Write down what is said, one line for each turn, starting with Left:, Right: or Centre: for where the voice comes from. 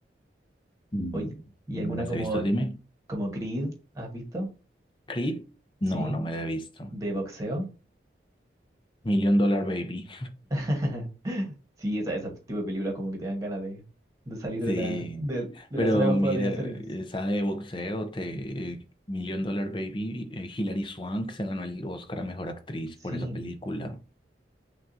Left: No,
Right: Oye, ¿y
Left: no
Right: alguna
Left: me las
Right: como,
Left: he visto, dime.
Right: como Creed has visto?
Left: Creed,
Right: Sí.
Left: no, no me la he visto.
Right: ¿De boxeo?
Left: Million Dollar Baby,
Right: <laughs> Sí, esa, ese tipo de películas como que te dan ganas de, de salir
Left: sí.
Right: de la, de, de
Left: Pero
Right: la zona de confort
Left: mire,
Right: y hacer ejercicio.
Left: esa de boxeo, te, Million Dollar Baby, eh, Hilary Swank se ganó el Oscar a mejor actriz
Right: Sí.
Left: por esa película.